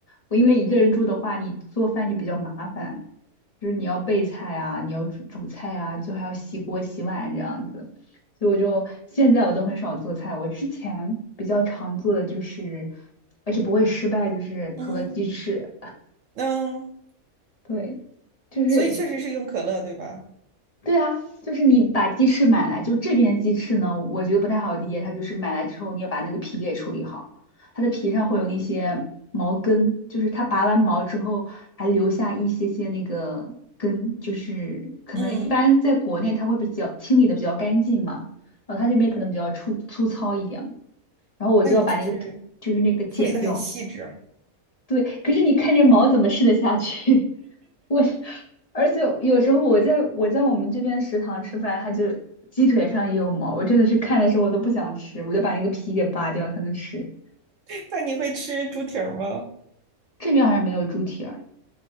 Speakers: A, on the left; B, on the right.
A: 我因为一个人住的话，你做饭就比较麻烦，就是你要备菜啊，你要煮煮菜啊，就还要洗锅洗碗这样子。所以我就现在我都很少做菜，我之前比较常做的就是，而且不会失败，就是可乐鸡翅。
B: 嗯嗯，
A: <laughs> 对，就是。
B: 所以确实是用可乐，对吧？
A: 对啊，就是你把鸡翅买来，就这边鸡翅呢，我觉得不太好理解，它就是买来之后你要把那个皮给处理好，它的皮上会有那些毛根，就是它拔完毛之后还留下一些些那个根，就是可能一般在国内它会比较清理的比较干净嘛，
B: 嗯，
A: 然后它这边可能比较粗粗糙一点嘛，然后我就要把那个皮就是那个剪掉，
B: 那你就是处理的很细致。
A: 对，可是你看这毛怎么吃得下去？<laughs> 我，而且有时候我在我在我们这边食堂吃饭，它就鸡腿上也有毛，我真的是看的时候我都不想吃，我就把那个皮给扒掉才能吃。
B: <laughs> 那你会吃猪蹄儿吗？
A: 这边好像没有猪蹄儿，